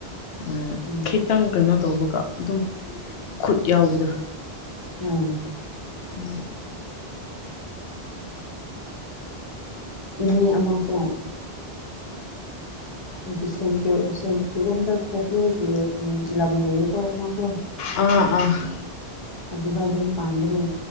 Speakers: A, on the left; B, on the left.
A: ꯎꯝ
B: ꯎꯝ
A: ꯍꯈꯤꯦꯛꯇꯪ ꯀꯩꯅꯣ ꯇꯧꯕꯒ ꯑꯗꯨꯝ ꯈꯨꯠ ꯌꯥꯎꯕꯗ
B: ꯎꯝ
A: ꯎꯝ
B: ꯏꯅꯦ ꯑꯃꯈ ꯕꯤꯁꯦꯝꯄꯨꯔ ꯕꯤꯁꯦꯟꯄꯨꯔ ꯔꯣꯝꯗ ꯆꯠꯊꯦꯛꯒꯤ ꯎ ꯂꯝꯝ ꯂꯩꯏꯀ ꯃꯥꯀ
A: ꯑꯝ ꯎꯝ
B: ꯑꯕꯥꯨꯅ ꯄꯥꯗꯅꯦ